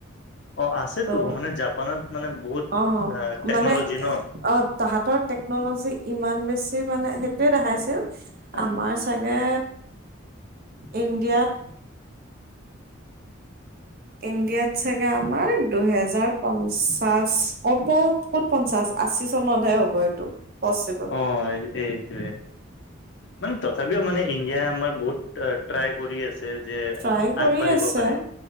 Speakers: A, on the left; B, on the right.
A: অ আছেতো
B: ত'
A: মানে জাপানত মানে বহুত
B: অ
A: টেকনলজি
B: মানে
A: ন
B: অ তাহাতৰ টেকনলজি ইমান বেছি মানে সেইটোয়ে দেখাইছিল
A: হয়
B: আমাৰ চাগে। ইণ্ডিয়াত ইণ্ডিয়াত চাগে আমাৰ দুহেজাৰ পঞ্চাশ ক'ব ক'ত পঞ্চাশ আশী ত নধৰে হ'ব এইটো পচিবল।
A: অ এইটোৱে মানে তথাপিও মানে ইণ্ডিয়াই আমাৰ বহুত ট্ৰাই কৰি আছে। যে
B: ট্ৰাই কৰি
A: আগবাঢ়িব
B: আছে
A: পাৰে